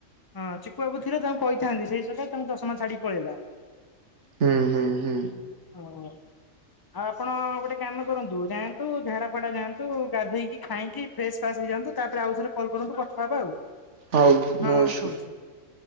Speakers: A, on the left (about 20°); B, on the right (about 65°).
A: ହଁ ଚିକୁୁ ବାବୁ ଥିଲେ ତାଙ୍କୁ କହିଥାନ୍ତି ସେଇ ସକା ତାଙ୍କୁ ଚଷାମା ଛାଡି ପଳେଇଲା।
B: ହୁଁ ହୁଁ ହୁଁ।
A: ଓହୋ। ଆଉ ଆପଣ ଗୋଟେ କାମ କରନ୍ତୁ ଯାଆନ୍ତୁ ଝାଡା ଫଡା ଯାଆନ୍ତୁ ଗାଧେଇକି ଖାଇକି। ଫ୍ରେଶ ଫାସ୍ ହେଇଯାଆନ୍ତୁ ତାପରେ ଆଉ ଥରେ କଲ କରନ୍ତୁ କଥା ହବା ଆଉ।।
B: ହଉ
A: ହଁ
B: ନୋ ଇସୁ।
A: ଉଠଉଛି।